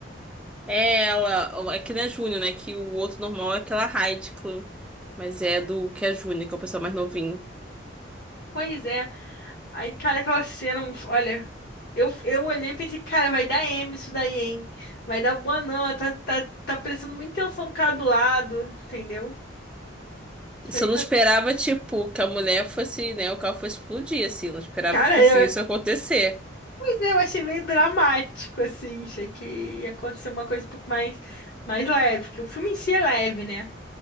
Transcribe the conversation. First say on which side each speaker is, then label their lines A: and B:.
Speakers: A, in the centre; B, on the left.
A: É ela, ó, é que não é Júnior, né? Que o outro normal é aquela Heidi Klum. Mas é do que é Júnior, que é o pessoal mais novinho.
B: Pois é. Aí, cara, aquela cena, um, olha, eu, eu olhei e pensei, cara, vai dar M isso daí, hein? Vai dar boa não, ela tá, tá, tá prestando muita atenção no cara do lado, entendeu? Isso
A: Só
B: aí
A: não
B: tá.
A: esperava, tipo, que a mulher fosse, né? O carro fosse explodir, assim. Não esperava
B: Cara,
A: que fosse
B: é,
A: isso acontecer.
B: É, Eu achei meio dramático, assim. Achei que ia acontecer uma coisa um pouco mais, mais leve, que o filme em si é leve, né?